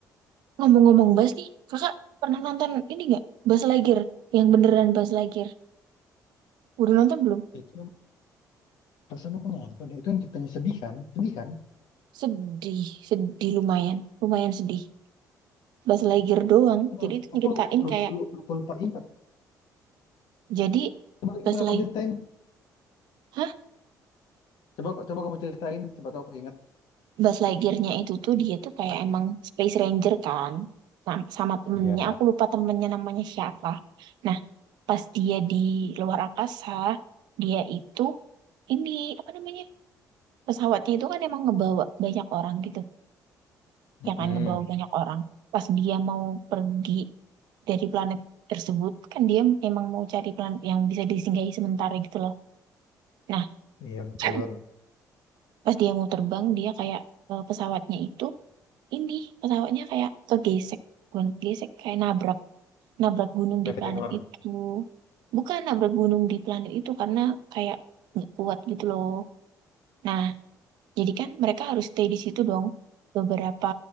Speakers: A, on the right (about 85°); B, on the left (about 75°).
A: Ngomong-ngomong Bas nih, kakak pernah nonton ini nggak? Bas Lightyear yang beneran Bas Lightyear. Udah nonton belum?
B: Itu yang perasaan aku nonton ya. Itu yang ceritanya sedih kan? Sedih kan?
A: Sedih, sedih lumayan, lumayan sedih. Bas Lightyear doang.
B: Itu
A: Jadi itu nyeritain
B: Aku lupa
A: kayak
B: lupa, lupa, lupa ingat.
A: Jadi
B: Coba
A: Buzz
B: gimana
A: Lightyear,
B: kau ceritain?
A: hah?
B: Coba coba kamu ceritain, siapa tahu aku ingat.
A: Buzz Lightyear-nya itu tuh dia tuh kayak emang Space Ranger kan, Sam- sama temennya.
B: Iya,
A: Aku lupa temennya namanya siapa. Nah, pas dia di luar angkasa, dia itu ini apa namanya pesawatnya itu kan emang ngebawa banyak orang gitu, ya
B: mm
A: kan ngebawa banyak orang. Pas dia mau pergi dari planet tersebut, kan dia emang mau cari planet yang bisa disinggahi sementara gitu loh. Nah,
B: Iya betul.
A: <clears throat> pas dia mau terbang, dia kayak eh, pesawatnya itu ini pesawatnya kayak kegesek bukan gesek kayak nabrak nabrak gunung
B: Meteor.
A: di planet itu bukan nabrak gunung di planet itu karena kayak nggak kuat gitu loh nah jadi kan mereka harus stay di situ dong beberapa